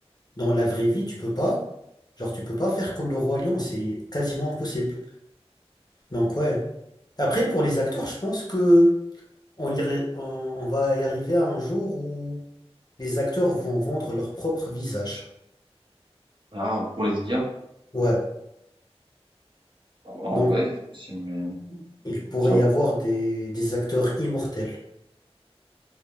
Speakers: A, on the left; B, on the right.
A: dans la vraie vie, tu peux pas. Genre tu peux pas faire comme le roi lion, c'est quasiment impossible. Donc ouais. Après pour les acteurs, je pense que on irait- on, on va y arriver à un jour où les acteurs vont vendre leur propre visage.
B: Ah, pour les IA,
A: Ouais.
B: en
A: Donc
B: vrai, c'est possible, mais
A: il pourrait
B: j'avoue,
A: y avoir des des acteurs immortels,